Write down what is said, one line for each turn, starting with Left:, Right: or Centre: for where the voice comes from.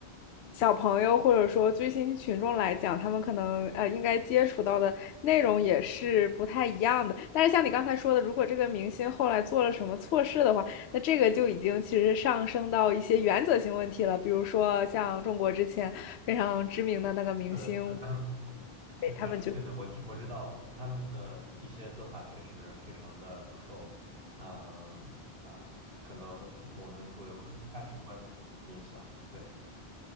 Left: 小朋友或者说追星群众来讲，他们可能呃应该接触到的内容也是不太一样的。但是像你刚才说的，如果这个明星后来做了什么错事的话，那这个就已经其实上升到一些原则性问题了，比如说像中国之前非常知名的那个明星。
Right: 对，<clears throat> <coughs> 对的，
Left: 给他们就。
Right: 对的，我知我知道，呃他们的一些做法确实非常的不受，嗯、呃，可能我们主流价值观的影响。对，